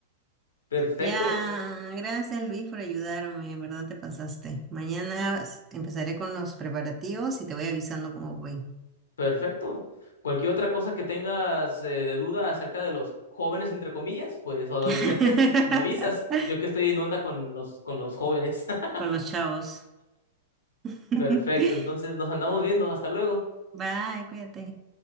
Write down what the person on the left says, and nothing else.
Perfecto.
Perfecto. Cualquier otra cosa que tengas eh, de duda acerca de los jóvenes, entre comillas, pues o adolescentes,
m- me avisas. Yo que estoy en onda con los, con los jóvenes. <laughs>
Perfecto. Entonces nos andamos viendo. Hasta luego.